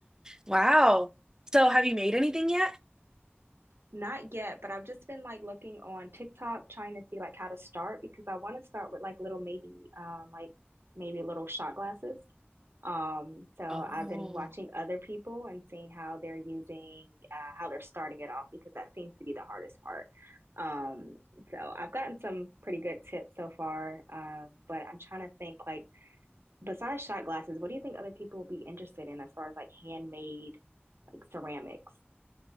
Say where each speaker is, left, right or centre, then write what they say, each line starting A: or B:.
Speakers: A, on the right; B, on the right.
A: Wow. So have you made anything yet?
B: Not yet, but I've just been like looking on TikTok trying to see like how to start because I want to start with like little maybe um like maybe little shot glasses. Um, so I've
A: Oh.
B: been watching other people and seeing how they're using, uh, how they're starting it off because that seems to be the hardest part. Um, so I've gotten some pretty good tips so far. Um, but I'm trying to think like besides shot glasses, what do you think other people will be interested in as far as like handmade like ceramics?